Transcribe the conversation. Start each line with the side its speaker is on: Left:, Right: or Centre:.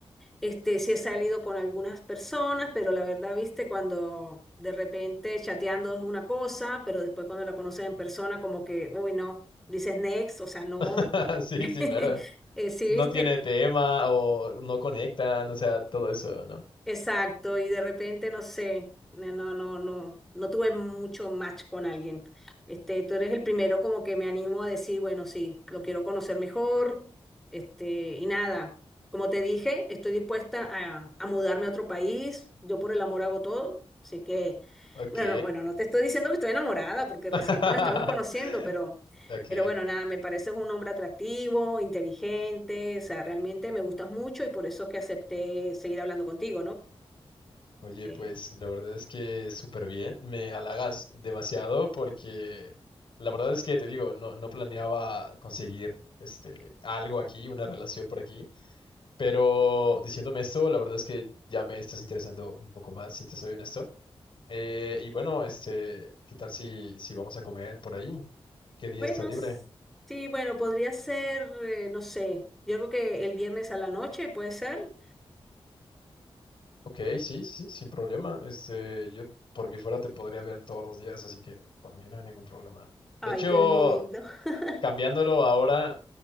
Centre: este, sí he salido con algunas personas, pero la verdad, viste, cuando de repente chateando es una cosa, pero después cuando la conoces en persona, como que, uy, no, dices next, o sea, no.
Left: <laughs> Sí,
Centre: <laughs>
Left: sí, claro.
Centre: Eh, sí,
Left: No
Centre: viste.
Left: tiene tema o no conectan, o sea, todo eso, ¿no?
Centre: Exacto, y de repente no sé, no, no, no, no, no tuve mucho match con alguien. Este, tú eres el primero como que me animo a decir, bueno, sí, lo quiero conocer mejor, este, y nada, como te dije, estoy dispuesta a, a mudarme a otro país, yo por el amor hago todo, así que,
Left: Ok.
Centre: bueno, no- bueno, no te estoy diciendo que estoy enamorada, porque recién
Left: <laughs>
Centre: nos estamos conociendo, pero,
Left: Ok.
Centre: pero bueno, nada, me pareces un hombre atractivo, inteligente, o sea, realmente me gustas mucho y por eso es que acepté seguir hablando contigo, ¿no?
Left: Oye,
Centre: Eh,
Left: pues la verdad es que súper bien, me halagas demasiado porque la verdad es que te digo, no, no planeaba conseguir este algo aquí, una relación por aquí, pero diciéndome esto, la verdad es que ya me estás interesando un poco más, si te soy honesto. Eh, y bueno, este, ¿qué tal si, si vamos a comer por ahí? ¿Qué día
Centre: bueno,
Left: está libre?
Centre: s- sí, bueno, podría ser, eh, no sé, yo creo que el viernes a la noche puede ser.
Left: Ok, sí, sí, sí, sin problema. Este, yo por mí fuera te podría ver todos los días, así que por mí no hay ningún problema.
Centre: Ay,
Left: De hecho...
Centre: qué lindo. <laughs>
Left: cambiándolo ahora,